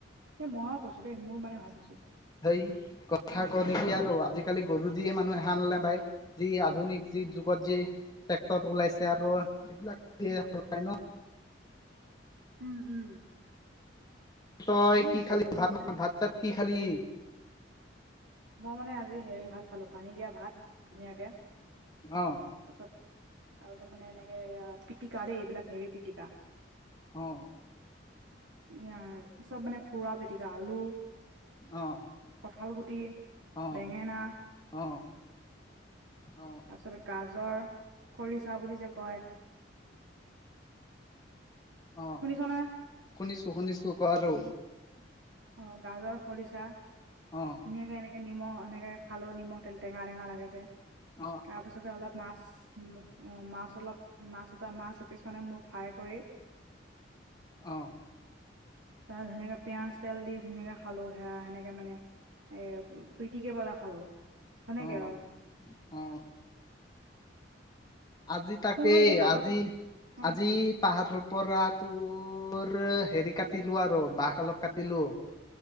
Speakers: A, on the right (about 85°); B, on the left (about 20°).
A: এ ময় কৈছো দেই মোৰ মানে ভাবিছো।
B: সেই কথা ক দে কি আৰু আজিকালি গৰু দিয়ে মানুহে হাল নেবাই। যি আধুনিক যি যুগত যি টেক্টৰ ওলাইছে আৰু সেবিলাক দিয়ে হাল বাই ন।
A: উম উম
B: তই
A: হয়
B: কি
A: নেকি
B: খালি
A: গাহৰি
B: ভাত
A: কেইটা
B: ম ভাত তাত কি খালি।
A: মই মানে আজি হেৰি ভাত খালো পানী দিয়া ভাত ধুনীয়াকে।
B: অঁ।
A: তাছত আৰুছ মানে এনেকে এয়া পিটকা দেই এইবিলাক হেৰি পিটকা।
B: অঁ'
A: ইঁয়াৰ চব মানে পোৰা পিতিকা আলু-
B: অঁ'
A: কঁঠাল গুটি-
B: অঁ
A: বেঙেনা
B: অঁ অঁ।
A: তাৰপিছতে গাজৰ খৰিচা বুলি যে কয়।
B: অ
A: শুনিছ না।
B: শুনিছো শুনিছো ক আৰু।
A: অঁ গাজৰ খৰিচা।
B: অঁ।
A: ধুনীয়াকে এনেকে নিম এনেকে খালো নিমখ তে টেঙা টেঙা লাগে যে,
B: অ',
A: তাৰপিছতে অলপ মাছ উম অ মাছ অলপ মাছ এটা মাছ এপিছ মানে মোৰ ফ্ৰাই কৰি
B: অ',
A: তাৰ ধুনীয়াকে পিয়াজ, তেল দি ধুনীয়াকে খালো সেয়া সেনেকে মানে এ পিটিকে পেলাই খালো। সেনেকে
B: অ',
A: আৰু।
B: অ আজি তাকেই
A: ফুৰিব কৰিব গৈছ
B: আজি,
A: অ
B: আজি পাহাৰ পৰা তোৰ হেৰি কাটিলো আৰু বাঁহ অলপ কাটিলো।